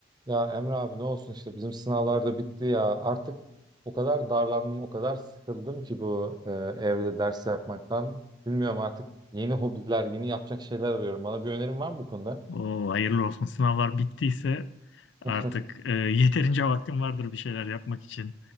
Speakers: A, on the right (about 20°); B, on the left (about 65°).
A: Ya Emre abi ne olsun işte bizim sınavlarda bitti ya. Artık o kadar darlandım, o kadar sıkıldım ki bu e, evde ders yapmaktan. Bilmiyorum artık yeni hobiler, yeni yapacak şeyler arıyorum. Bana bir önerin var mı bu konuda?
B: O hayırlı olsun. Sınavlar bittiyse artık
A: Hı
B: e, <laughs> yeterince vaktim vardır bir şeyler yapmak için.